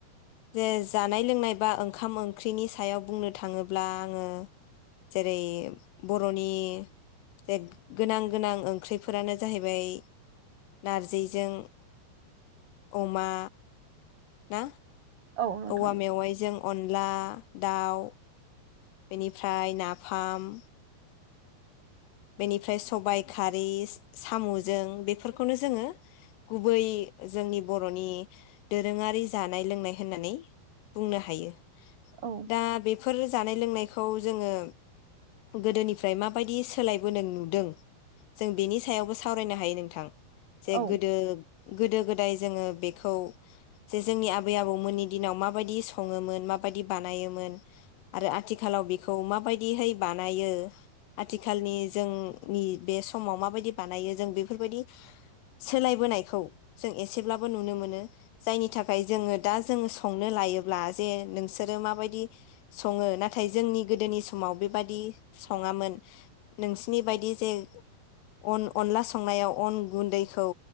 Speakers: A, on the left; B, on the right.
A: जे जानाय लोंनाय बा ओंखाम ओंख्रिनि सायाव बुंनो थाङोब्ला आङो जेरै बर'नि जे गोनां गोनां ओंख्रिफोरानो जाहैबाय नारजिजों अमा ना
B: औ नोंथां
A: औवा मेवाइजों अनला दाउ बेनिफ्राय नाफाम बेनिफ्राय सबाय खारि साम'जों बेफोरखौनो जोङो गुबै जोंनि बर'नि दोरोङारि जानाय लोंनाय होननानै बुंनो हायो।
B: औ
A: दा बे फोर जानाय लोंनायखौ जोङो गोदोनिफ्राय मा बायदि सोलायबोनाय नुदों जों बेनि सायावबो सावरायनो हायो नोंथां। जे
B: औ
A: गोदो गोदो गोदाय जोङो बेखौ जे जोंनि आबै आबौमोननि दिनाव माबायदि सङोमोन माबायदि बानायोमोन आरो आथिखालाव बेखौ माबायदिहै बानायो आथि खालनि जोंनि बे समाव माबायदि बानायो जों बेफोरबायदि सोलायबोनायखौ जों एसेब्लाबो नुनो मोनो। जायनि थाखाय जोङो दा जोङो संनो लायोब्ला जे नोंसोरो माबायदि सङो नाथाय जोंनि गोदोनि समाव बेबादि सङामोन। नोंसिनि बायदि जे अन अनला संनायाव अन गुन्दैखौ